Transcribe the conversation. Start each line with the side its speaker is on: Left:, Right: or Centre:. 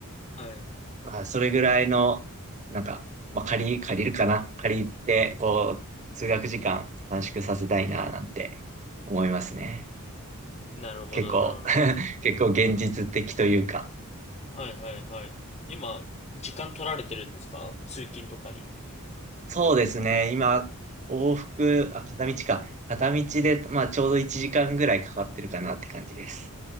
Left: はい。
Right: まあ、それぐらいの、なんか、まあ、借り、借りるかな。借りて、こう、通学時間短縮させたいな、なんて思いますね。
Left: なるほど、
Right: 結構、
Left: なるほど。
Right: <laughs> 結構現実的というか。
Left: はい、はい、はい。今、時間取られてるんですか通勤とかに。
Right: そうですね。今、往復、あ、片道か。片道で、まあ、ちょうど1時間ぐらいかかってるかなって感じです。